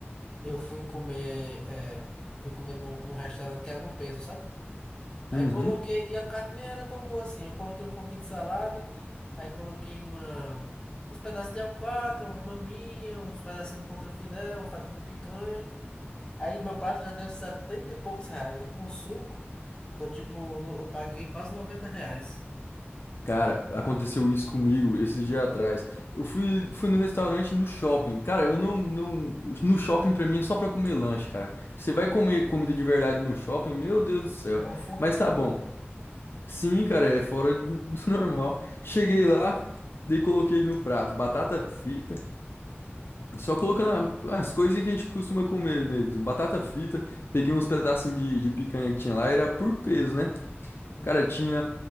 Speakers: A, on the left; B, on the left.
A: eu fui comer, é, fui comer num num restaurante que era no peso, sabe? Aí
B: Uhum.
A: coloquei, e a carne nem era tão boa assim. Eu coloquei um pouquinho de salada, aí coloquei uma, uns pedaços de alcatra, umas maminhas, uns pedacinhos de contrafilé, uma fatia de picanha. Aí meu prato já deu 70 e poucos reais. Aí com suco, ficou tipo, no- eu paguei quase noventa reais.
B: Cara, aconteceu isso comigo esses dias atrás. Eu fui, fui no restaurante no shopping. Cara, eu não, não. No shopping pra mim é só pra comer lanche, cara. Você vai comer comida de verdade no shopping? Meu Deus do céu.
A: É uma fortuna,
B: Mas tá bom.
A: velho.
B: Sim, cara, é fora do <laughs> normal. Cheguei lá, daí coloquei no prato batata frita, só colocando a- as coisinhas que a gente costuma comer mesmo. Batata frita, peguei uns pedacinhos de, de picanha que tinha lá, era por peso, né?
A: Uhum.
B: Cara, tinha.